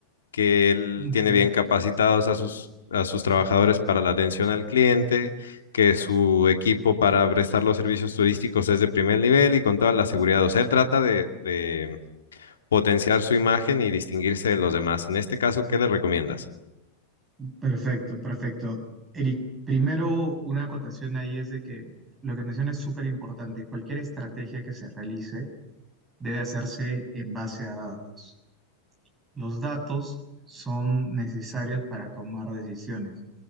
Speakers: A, on the left; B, on the right.
A: que él
B: ujú.
A: tiene bien capacitados a sus, a sus trabajadores para la atención al cliente, que su equipo para prestar los servicios turísticos es de primer nivel y con toda la seguridad. O sea, él trata de, de potenciar su imagen y distinguirse de los demás. En este caso, ¿qué le recomiendas?
B: Perfecto, perfecto. Eric, primero una acotación ahí es de que lo que menciona es súper importante. Cualquier estrategia que se realice debe hacerse en base a datos. Los datos son necesarios para tomar decisiones.